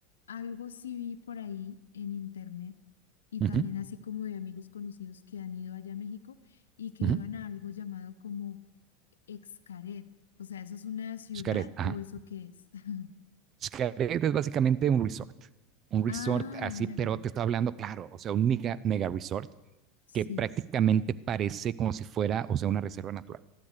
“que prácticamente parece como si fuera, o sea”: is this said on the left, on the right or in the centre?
Right